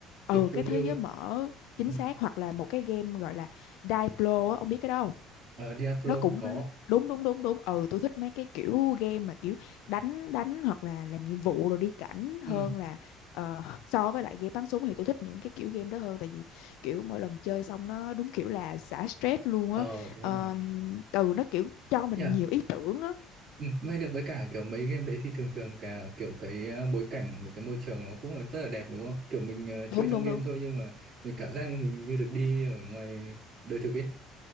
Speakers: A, on the left (about 75°); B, on the right (about 25°).
A: ừ
B: kiểu phiêu
A: cái
B: lưu
A: thế giới
B: ấy
A: mở chính
B: ừ.
A: xác hoặc là một cái game gọi là Diablo á, ông biết cái đó không?
B: ở Diablo
A: nó cũng
B: có
A: đúng đúng đúng đúng ừ tôi thích mấy cái kiểu game mà kiểu đánh đánh hoặc là làm nhiệm vụ rồi đi cảnh hơn
B: ừ.
A: là ờ, so với lại game bắn súng thì tôi thích những cái kiểu game đó hơn tại vì kiểu mỗi lần chơi xong nó đúng kiểu là xả stress luôn
B: ờ
A: á
B: đúng
A: Ờm,
B: rồi
A: từ nó kiểu cho mình
B: yeah.
A: nhiều ý tưởng á
B: ừ. với cả với cả kiểu mấy game đấy thì thường thường cả kiểu cái ờ, bối cảnh và cái môi trường nó cũng là rất là đẹp đúng không kiểu mình ờ, chơi
A: đúng
B: trong
A: đúng
B: game
A: đúng
B: thôi nhưng mà mình cảm giác như mình như được đi ở ngoài đời thực ấy